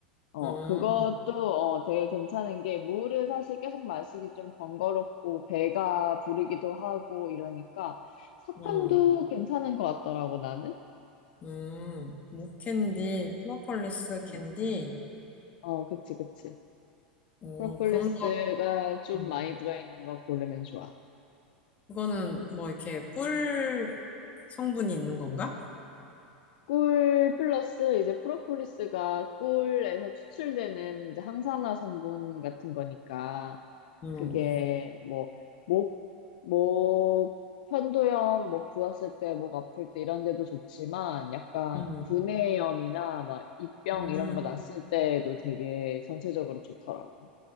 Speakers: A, on the left; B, on the left.
A: 어,
B: 어,
A: 그것도 어, 되게 괜찮은 게 물을 사실 계속 마시기 좀 번거롭고 배가 부르기도 하고 이러니까 사탕도
B: 어,
A: 괜찮은 것 같더라고 나는.
B: 음, 목캔디,
A: 응.
B: 프로폴리스
A: 응.
B: 캔디,
A: 어, 그치, 그치.
B: 어,
A: 프로폴리스가
B: 그런 거,
A: 좀
B: 음,
A: 많이 들어있는 거 고르면 좋아.
B: 그거는 뭐 이렇게 꿀 성분이 있는 건가?
A: 꿀 플러스 이제 프로폴리스가 꿀에서 추출되는 이제 항산화 성분 같은 거니까
B: 응,
A: 그게 뭐 목, 목 편도염, 목 부었을 때, 목 아플 때 이런 데도 좋지만 약간
B: 응,
A: 구내염이나 막 입병
B: 음,
A: 이런 거 났을 때도 되게 전체적으로 좋더라고.